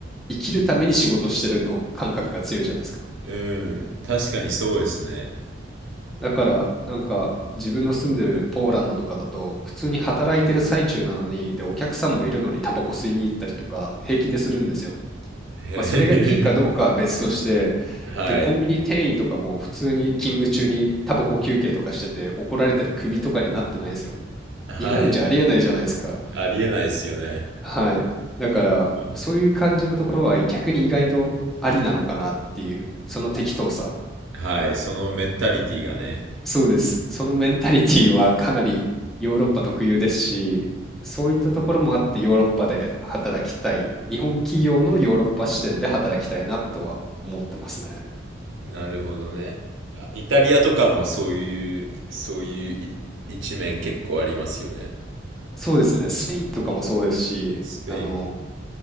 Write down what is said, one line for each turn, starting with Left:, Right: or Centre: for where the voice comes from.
Centre: 生きるために仕事してるの感覚が強いじゃないですか。
Right: うん。確かにそうですね。
Centre: だから、なんか、自分の住んでるポーランドとかだと、普通に働いてる最中なのに、で、お客さんもいるのにタバコ吸いに行ったりとか、平気でするんですよ。
Right: <laughs> へ
Centre: まあ、それがいいかどうかは別として、
Right: え。はい。
Centre: で、コンビニ店員とかも普通に勤務中にタバコ休憩とかしてて、怒られたり首とかになってないんですよ。
Right: はい。
Centre: 日本じゃありえないじゃないですか。
Right: ありえないですよね。
Centre: はい。だから、
Right: うん
Centre: そういう感じのところは逆に意外とありなのかなっていう、その適当さ。
Right: はい。そのメンタリティがね。
Centre: そうです。そのメンタリティはかなりヨーロッパ特有ですし、そういったところもあってヨーロッパで働きたい。日本企業のヨーロッパ視点で働きたいなとは思ってますね。
Right: なるほどね。あイタリアとかもそういう、そういうい一面結構ありますよね。
Centre: そうですね。スペインとかもそうですし、
Right: スペインも。
Centre: あの、